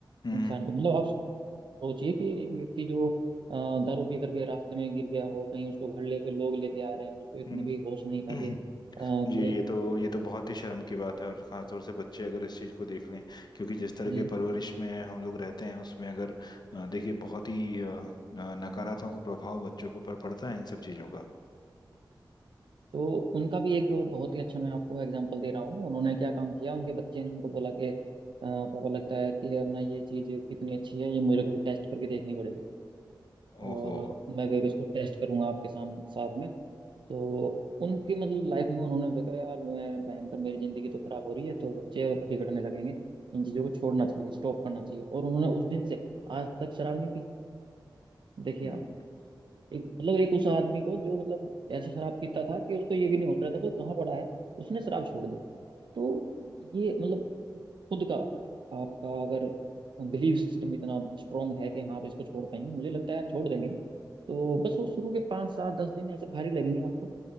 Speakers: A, on the left (about 60°); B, on the right (about 70°).
A: हम्म,
B: इंसान को मतलब आप सोचिए कि एक व्यक्ति जो अ, दारू पी करके रास्ते में गिर गया हो कहीं उसको घर लेके लोग लेके आ रहे हैं उसको इतना
A: हम्म।
B: भी होश नहीं था
A: <clears throat>
B: कि अ, कि
A: जी ये तो ये तो बहुत ही शर्म की बात है और खासतौर से बच्चे अगर इस चीज़ को देख लें क्योंकि जिस तरह
B: जी
A: के परवरिश में हम लोग रहते हैं उसमें अगर अ, देखिए बहुत ही अ, न- नकारात्मक प्रभाव बच्चों के ऊपर पड़ता है इन सब चीज़ों का
B: तो उनका भी एक बहुत ही अच्छा मैं आपको एग्जांपल दे रहा हूँ उन्होंने क्या काम किया उनके बच्चे ने उनको बोला कि "अ, पापा लगता है कि अपना ये चीज़ कितनी अच्छी है ये मेरे को भी टेस्ट करके देखनी पड़ेगी और
A: ओहो
B: मैं भी अब इसको टेस्ट करूंगा आपके सामने साथ में तो उनकी मतलब लाइफ में उन्होंने देखा यार मैं भयंकर मेरी ज़िंदगी तो खराब हो रही है तो बच्चे बिगड़ने लगेंगे इन चीज़ों को छोड़ना चाहिए स्टॉप करना चाहिए और उन्होंने उस दिन से आज तक शराब नहीं पी देखिए
A: हम्म
B: आप एक मतलब एक उस आदमी को जो मतलब ऐसे शराब पीता था कि उसको ये भी नहीं होश रहता था वो कहाँ पड़ा है उसने शराब छोड़ दी तो ये मतलब खुद का आपका अगर बिलीव सिस्टम इतना स्ट्रांग है कि हाँ आप इसको छोड़ पाएंगे मुझे लगता है आप छोड़ देंगे तो बस वो शुरू के पाँच सात दस दिन ऐसे भारी लगेंगे आपको